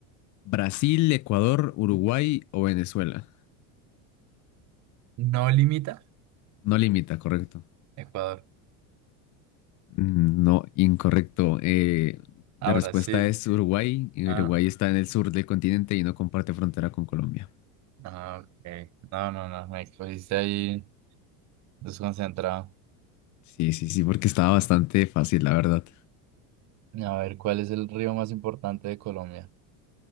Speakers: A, on the left; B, on the right.
A: ¿Brasil, Ecuador, Uruguay o Venezuela?
B: No limita
A: No limita, correcto.
B: Ecuador
A: Mm, No, incorrecto. Eh,
B: a
A: la respuesta
B: Brasil.
A: es Uruguay. y
B: Ah,
A: Uruguay está en el sur del continente y no comparte frontera con Colombia.
B: ah, ok. No, no, no. Me cogiste ahí desconcentrado.
A: Sí, sí, sí, porque estaba bastante fácil, la verdad.
B: A ver, ¿cuál es el río más importante de Colombia?